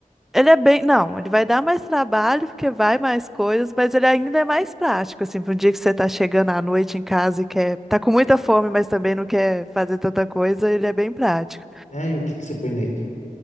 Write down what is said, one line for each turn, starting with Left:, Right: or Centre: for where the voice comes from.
Centre: Ele é bem. Não, ele vai dar mais trabalho, porque vai mais coisas, mas ele ainda é mais prático, assim, para um dia que você tá chegando à noite em casa e quer. Tá com muita fome, mas também não quer fazer tanta coisa, ele é bem prático.
Left: É, e o que que você põe nele?